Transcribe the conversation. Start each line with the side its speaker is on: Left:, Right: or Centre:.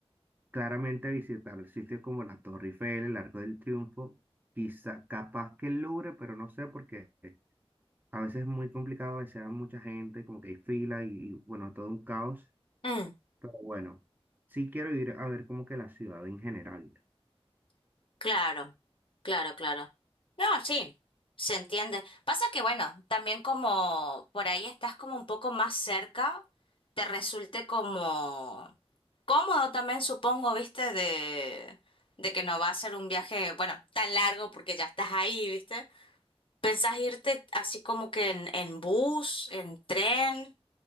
Right: claramente visitar sitios como la Torre Eiffel, el Arco del Triunfo, quizá capaz que el Louvre, pero no sé porque a veces es muy complicado, a veces hay mucha gente, como que hay fila y, y, bueno, todo un caos,
Left: Mm,
Right: pero bueno, sí quiero ir a ver como que la ciudad en general.
Left: claro, claro, claro. No, sí, se entiende. Pasa que, bueno, también como por ahí estás como un poco más cerca, te resulte como cómodo también, supongo, viste, de, de que no va a ser un viaje, bueno, tan largo porque ya estás ahí, ¿viste? ¿Pensás irte así como que en, en bus, en tren